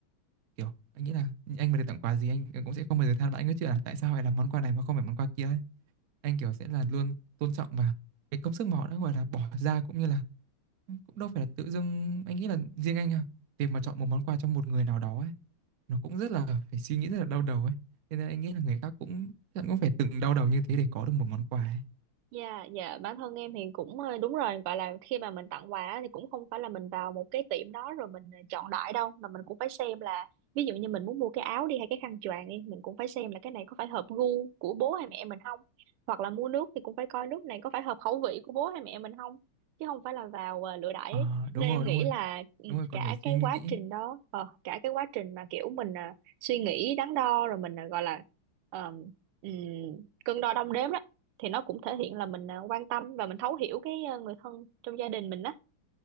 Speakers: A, on the right (about 75°); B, on the right (about 85°).
A: Kiểu anh nghĩ là anh mà được tặng quà gì anh anh cũng sẽ không bao giờ than vãn cái chuyện là tại sao lại là món quà này mà không phải món quà kia ấy. Anh kiểu sẽ là luôn tôn trọng và cái công sức mà họ đã gọi là bỏ ra cũng như là cũng đâu phải là tự dưng anh nghĩ là riêng anh à việc mà chọn một món quà cho một người nào đó ấy nó cũng rất là phải suy nghĩ rất là đau đầu ấy thế nên anh nghĩ là người khác cũng chắc cũng phải từng đau đầu như thế để có được một món quà ấy.
B: Dạ, dạ bản thân em thì cũng ờ, đúng rồi gọi là khi mà mình tặng quà á thì cũng không phải là mình vào một cái tiệm đó rồi mình ờ, chọn đại đâu mà mình cũng phải xem là ví dụ như mình muốn mua cái áo đi hay cái khăn choàng đi mình cũng phải xem là cái này có phải hợp gu của bố hay mẹ mình không hoặc là mua nước thì cũng phải coi nước này có phải hợp khẩu vị của bố hay mẹ mình không chứ không phải là vào ờ, lựa đại
A: Ờ,
B: ấy.
A: đúng
B: Nên
A: rồi
B: em nghĩ
A: đúng rồi
B: là ừ,
A: đúng rồi còn
B: cả
A: phải suy
B: cái
A: nghĩ
B: quá trình đó ờ, cả cái quá trình mà kiểu mình ờ, suy nghĩ đắn đo rồi mình ờ, gọi là ờ, ừm, cân đo đong đếm đó thì nó cũng thể hiện là mình à, quan tâm và mình thấu hiểu cái à, người thân trong gia đình mình đó